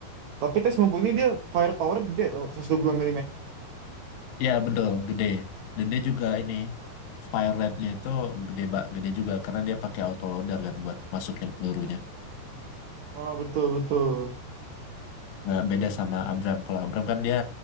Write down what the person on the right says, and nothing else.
Tapi t sembilan puluh ini dia firepower gede tuh, seratus dua puluh mm.
Oh, betul, betul.